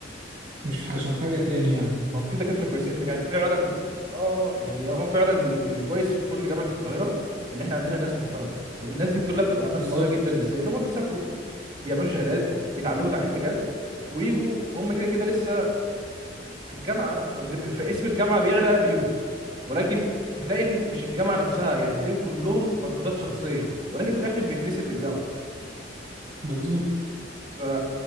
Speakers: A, on the right; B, on the right.
A: مش عشان حاجة تاني يعني
B: ما هو في دكاترة كويسين في يعني فعلا اه آه، يعني هو فعلا اللي اللي كويس في كل جامعة القاهرة ان احنا عندنا ناس محترمة لان الناس دي كلها بتبقى ناس
A: بالظبط
B: قوية جدا ازاي ان هم بيسافروا بيعملوا شهادات ويتعلموا تعليم بجد ويجوا وهم كده كده لسه في الجامعة فبتبقى فاسم الجامعة بيعلى بيهم ولكن بتلاقي ان مش الجامعة نفسها يعني بتلاقيهم كلهم مجهودات شخصية ولكن في الاخر بيتنسب للجامعة
A: بالظبط
B: ف...